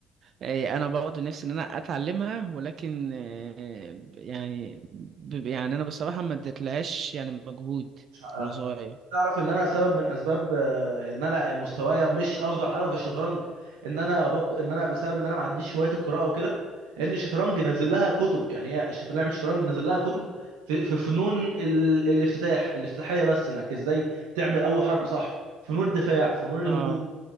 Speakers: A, on the right; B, on the right.
A: آه، انا برضه نفسي ان انا اتعلمها ولكن آه، ب- يعني ب- يعني انا بصراحه ما اديتلهاش يعني مجهود
B: مش ه-
A: وانا صغير
B: انت تعرف ان انا سبب من اسباب آه، ان انا مستوايا مش افضل حاجه في الشطرنج ان انا بق... ان انا بسبب ان انا ما عنديش هوايه القراءه وكده لان الشطرنج نازل لها كتب يعني هي الشطرنج لعبه الشطرنج نازل لها كتب في, في فنون ال... الافتتاح الافتتاحيه بس انك ازاي تعمل اول حركه صح فنون الدفاع فنون الهجوم
A: اه